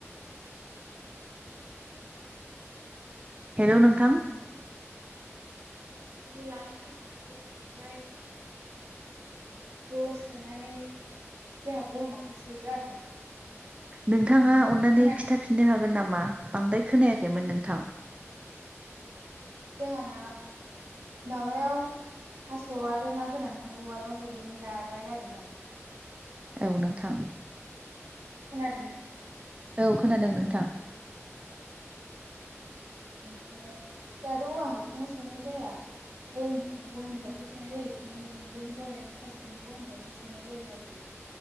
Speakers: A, on the right (about 25°); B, on the right (about 75°).
A: हेल' नोंथां
B: देनानै लानाय थास' ना गोरानखौहाय ज' सोनानै जोंहा बयमावसो सोयो आरोना
A: नों नोंथाङा अननानै
B: खोनादों
A: खिन्थाफिननो हागोन नामा था बांद्राय खोनायाखैमोन नोंथां
B: जोंहाना माबायाव थास' आरो ना गोरानखौ उवालाव देनानै लाबाय आरोना
A: औ नोंथां
B: खोनादों ना
A: औ खोनादों नोंथां
B: ओमफ्राय दाथ' औवा हासुङाव सोनाय जाया बयेमफ्रावसो सोनाय जायो बिदिनो दिंब्रिनि बयेम प्लास्टिकनि बयमफ्रावसो सोनाय जायो आरो ना